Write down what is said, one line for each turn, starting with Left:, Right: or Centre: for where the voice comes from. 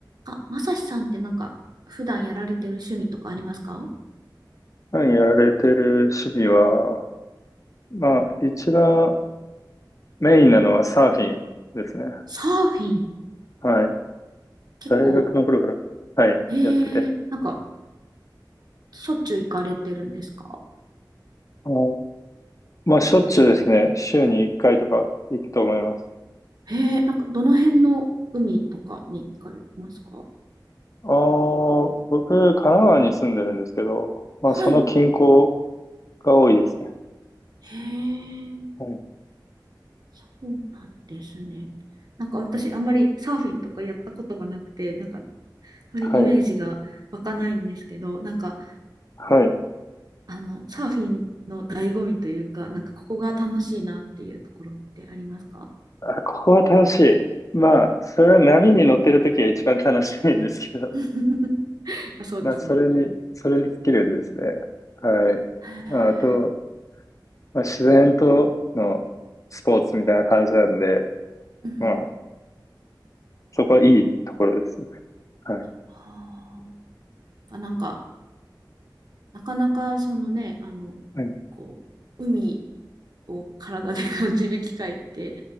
Right: あ、まさしさんってなんか、普段やられてる趣味とかありますか
Left: 普段やられてる趣味は、まあ、一番メインなのはサーフィンですね。
Right: サーフィン。
Left: はい。
Right: 結構、
Left: 大学の頃から、はい、
Right: へ
Left: やってて。
Right: え、なんか、しょっちゅう行かれてるんですか
Left: あのまあ、しょっちゅうですね。週に1回とか行くと思います。
Right: へえ、なんか、どの辺の海とかに行かれますか
Left: あー僕、神奈川に住んでるんですけど、まあ、
Right: はい。
Left: その近郊が多いですね。
Right: へえ、
Left: はい。
Right: そうなんですね。なんか私、
Left: はい。
Right: あんまりサーフィンとかやったことがなくて、なんか、あまりイメージが湧かないんですけど、
Left: はい。
Right: なんか、
Left: はい
Right: あの、サーフィンの醍醐味というか、なんか、ここが楽しいなっていうところってありますか
Left: あ、ここは楽しい。まあ、それは波に乗ってる時は一番楽しいんですけど。
Right: <laughs> やっぱそうですね。
Left: まあ、それに、それに尽きるんですね。はい。
Right: へえ。
Left: まあ、あと、まあ、自然とのスポーツみたいな感じなんで、
Right: うん。
Left: まあ、そこはいいところですよね。はい。
Right: はあ。やっぱなんか、なかなかそのね、あの、
Left: はい。
Right: こう、海を体で <laughs> 感じる機会って